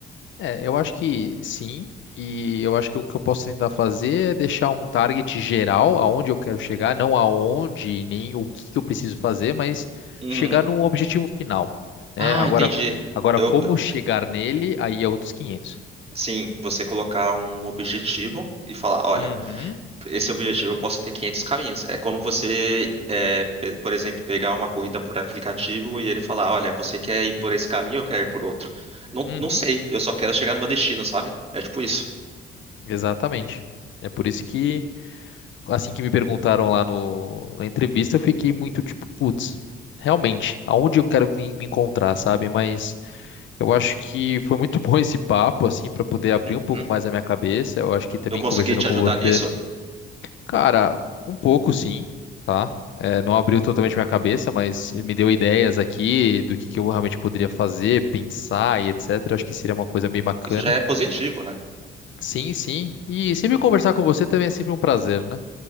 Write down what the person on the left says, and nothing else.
É, eu acho que sim, e eu acho que o que eu posso tentar fazer é deixar um target geral, aonde eu quero chegar, não aonde, nem o que que eu preciso fazer, mas
chegar num objetivo final, né?
Agora,
agora
como
chegar nele, aí é outros 500.
Uhum,
uhum,
exatamente. É por isso que, assim que me perguntaram lá no, na entrevista, eu fiquei muito tipo, putz, realmente, aonde eu quero me, me encontrar, sabe? Mas Eu acho que foi muito <laughs> bom esse papo, assim, para poder abrir
um pouco mais a minha cabeça. Eu acho que também
conversando
com
você,
cara, um pouco sim, tá? É, não abriu totalmente minha cabeça, mas me deu ideias aqui do que que eu realmente poderia fazer, pensar e etc. Acho que seria uma coisa bem bacana.
Sim, sim. E sempre conversar com você também é sempre um prazer, né?